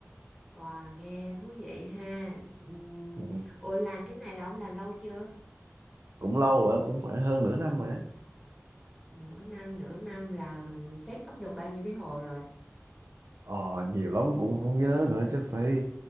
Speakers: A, in the centre; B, on the right (about 60°).
A: Wow, nghe thú vị ha. Ừm,
B: Ừ,
A: Ủa làm cái này là ông làm lâu chưa?
B: cũng lâu rồi, cũng phải hơn nửa năm rồi.
A: Nửa năm, nửa năm là set up được bao nhiêu cái hồ rồi?
B: Ờ, nhiều lắm cũng không nhớ nữa chắc phải